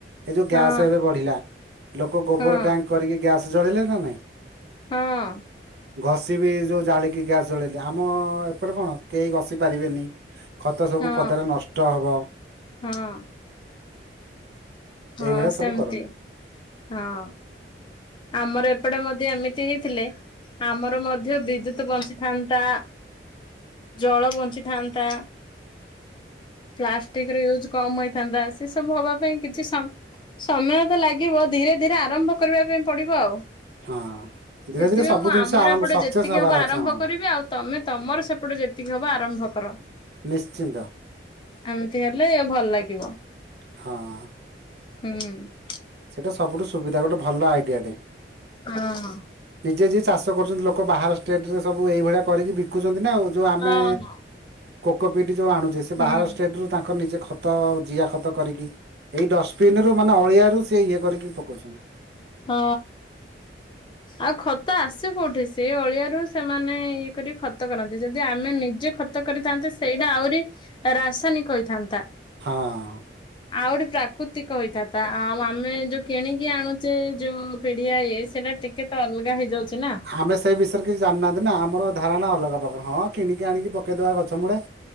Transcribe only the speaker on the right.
ଏ ଯୋଉ ଗ୍ୟାସ
ଏବେ ବଢିଲା ଲୋକ ଗୋବର
ଟ୍ୟାଙ୍କ କରିକି ଗ୍ୟାସ ଜଳିଲେ ନା ନାଇଁ।
ଘଷି ବିି ଯୋଉ ଜାଳିକି ଗ୍ୟାସ୍ ଜଳେଇଲେ ଆମ ଏପଟେ କଣ କେହି ଘଷି ପାରିବେନି। ଖତ ସବୁ
ପଦାରେ ନଷ୍ଟ ହବ।
ଏଇଭଳିଆ
ସବୁ କରନ୍ତି
ହଁ। ଧୀରେ
ଧୀରେ ସବୁ
ଜିନିଷ
ଆରମ୍ଭ
ସକ୍ସେସ୍
ହବାର
ଅଛି
ହଁ
ନିଶ୍ଚିନ୍ତ।
ହଁ।
ସେଇଟା ସବୁଠୁ ସୁବିଧା ଗୋଟେ ଭଲ ଆଇଡିଆ ଟେ।
ନିଜେ ଯିଏ ଚାଷ କରୁଛନ୍ତି ଲୋକ ବାହାର ଷ୍ଟେଟ ରେ ସବୁ ଏଇଭଳିଆ କରିକି ବିକୁଛନ୍ତି ନା ଆଉ। ଯୋଉ ଆମେ
କୋକୋପିଟ ଯୋଉ ଆଣୁଛେ ସେ
ବାହାର ଷ୍ଟେଟ ରୁ ତାଙ୍କ ନିଜେ ଖ ତ ଜିଆଖତ କରିକି ଏଇ ଡଷ୍ଟବିନ୍ ରୁ ମାନେ ଅଳିଆ ରୁ ସେଇଏ କରିକି ପକଉଛନ୍ତି।
ହଁ।
ଆମେ ସେଇ ବିଷୟରେ କିଛି ଜାଣି ନାହାନ୍ତି ନା ଆମର ଧାରଣା ଅଲଗା ପ୍ରକାର ହଁ କିଣିକି ଆଣିକି ପକେଇଦବା ଗଛ ମୂଳେ।